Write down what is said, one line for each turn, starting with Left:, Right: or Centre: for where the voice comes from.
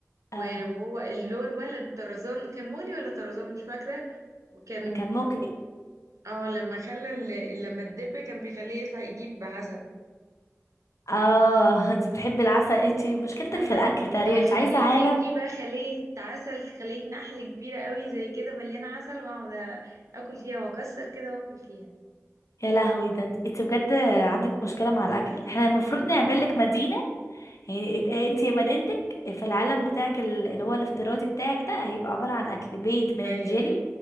Left: اه
Right: و- وهو اللي هو الولد طرزان كان مغلي ولا طرزان مش فاكره وكان
Left: كان ممكن
Right: اه لما خلى ال- لما الدب كان بيخليه يطلع يجيب عسل
Left: اه <laughs> انت بتحبي العسل انت مشكلتك
Right: انا
Left: في الاكل تقريبا
Right: هخليه
Left: انت عايزه عالم
Right: يجيب لي بقى خلية عسل خلية نحل كبيرة قوي زي كده مليانة عسل واقعد اكل فيها واكسر كده واكل فيها
Left: يا لهوي ده انت إنت بجد عندك مشكله مع الاكل
Right: <laughs>
Left: احنا المفروض نعمل لك مدينه يعني إت- انت مدينتك في العالم بتاعك ال- اللي هو الافتراضي بتاعك ده هيبقى عباره عن اكل بيت من
Right: ايوه
Left: الجيلي